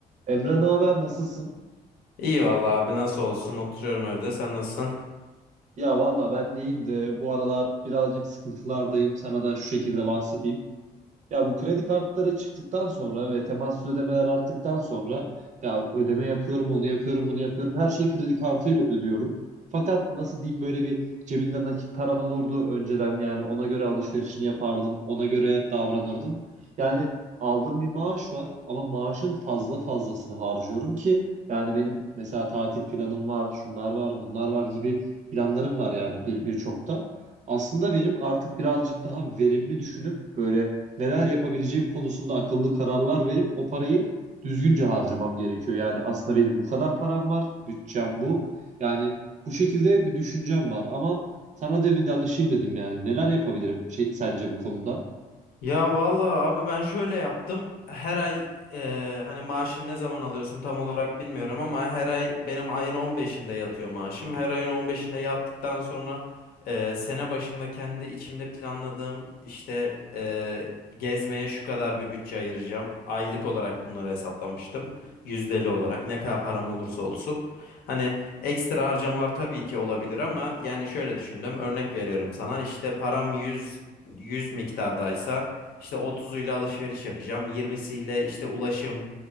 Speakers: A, on the right (about 50°); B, on the left (about 80°).
A: Emre ne haber nasılsın?
B: İyi vallahi abi nasıl olsun oturuyorum evde sen nasılsın?
A: Ya valla ben deyim de de bu aralar birazcık sıkıntılardayım. Sana da şu şekilde bahsedeyim. Ya bu kredi kartları çıktıktan sonra ve temassız ödemeler arttıktan sonra ya ödeme yapıyorum, onu yapıyorum, bunu yapıyorum. Her şeyi kredi kartıyla ödüyorum. Fakat nasıl diyeyim böyle bir cebinde nakit paran olurdu önceden yani ona göre alışverişini yapardın, ona göre davranırdın. Yani aldığım bir maaş var ama maaşın fazla fazlasını harcıyorum ki yani benim mesela tatil planım var, şunlar var, bunlar var gibi planlarım var yani bir birçok da. Aslında benim artık birazcık daha verimli düşünüp böyle neler yapabileceğim konusunda akıllı kararlar verip o parayı düzgünce harcamam gerekiyor. Yani aslında benim bu kadar param var, bütçem bu. Yani bu şekilde bir düşüncem var ama sana da bir danışayım dedim yani. Neler yapabilirim şey, sence bu konuda?
B: Ya vallahi abi ben şöyle yaptım. Her ay eee, hani maaşını ne zaman alıyorsun tam olarak bilmiyorum ama her ay benim ayın 15'inde yatıyor maaşım. Her ayın 15'inde yattıktan sonra eee, sene başında kendi içimde planladığım işte eee, gezmeye şu kadar bir bütçe ayıracağım. Aylık olarak bunları hesaplamıştım. Yüzdeli olarak ne kadar param olursa olsun. Hani ekstra harcamalar tabii ki olabilir ama yani şöyle düşündüm. Örnek veriyorum sana işte param yüz yüz miktardaysa işte 30'uyla alışveriş yapacağım. 20'siyle işte ulaşım